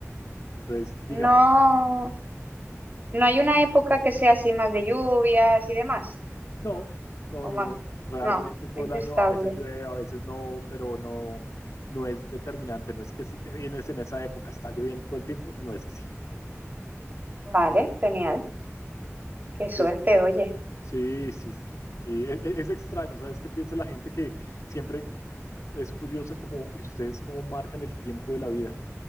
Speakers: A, on the left (about 80°); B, on the right (about 35°).
A: Entonces, digamos,
B: No, no hay una época que sea así más de lluvias y demás,
A: no, no,
B: o
A: no,
B: más.
A: no. Realmente
B: No,
A: todo
B: es
A: el año,
B: estable.
A: a veces llueve, a veces no, pero no, no es determinante. No es que si te vienes en esa época está lloviendo todo el tiempo, no es así.
B: Vale, genial. Qué
A: Entonces,
B: suerte, oye.
A: sí, sí, sí. sí. E- e- es extraño, ¿sabes qué piensa la gente que siempre es curiosa como, ¿y ustedes cómo marcan el tiempo de la vida?